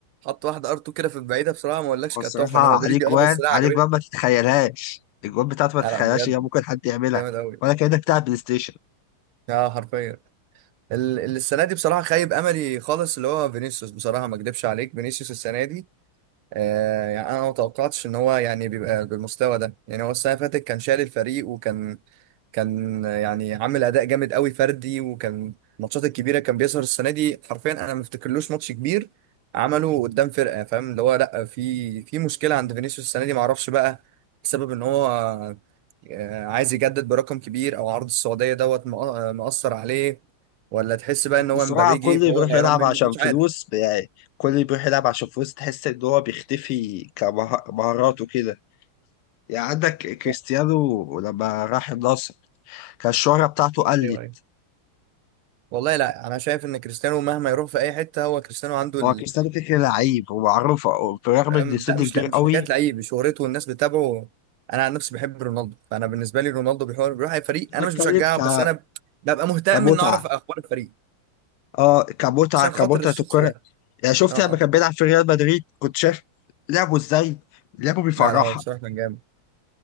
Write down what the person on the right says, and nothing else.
حط واحده ار2 كده في البعيده بصراحه ما اقولكش
كانت
تحفه انا مدريدي
اه بس لا عجبتني
لا
لا بجد
جامد قوي
اه حرفيا ال- ال- السنه دي بصراحه خايب املي خالص اللي هو فينيسيوس بصراحه ما اكدبش عليك فينيسيوس السنه دي آه يعني انا ما توقعتش ان هو يعني بيبقى بالمستوى ده يعني هو السنه اللي فاتت كان شايل الفريق وكان كان يعني عامل اداء جامد قوي فردي وكان الماتشات الكبيره كان بيظهر السنه دي حرفيا انا ما افتكرلوش ماتش كبير عمله قدام فرقه فاهم اللي هو لا في في مشكله عند فينيسيوس السنه دي ما اعرفش بقى بسبب ان هو آه، عايز يجدد برقم كبير او عرض السعوديه دوت مأ- مأثر عليه ولا تحس بقى
ان هو
مبابي جه
فهو
غيران منه
انا مش
عارف
ايوه
ايوه والله لا انا شايف ان كريستيانو مهما يروح في اي حته هو كريستيانو عنده ال...
أم-
لا مش
لا مش
حكايه لعيب شهرته والناس بتتابعه انا عن نفسي بحب رونالدو فانا بالنسبه لي رونالدو بيحور بيروح اي فريق انا
مش بشجعه
بس انا ببقى مهتم
ان اعرف اخبار الفريق
عشان
خاطر الشخص
ده
اه
اه
لا لا هو بصراحه كان جامد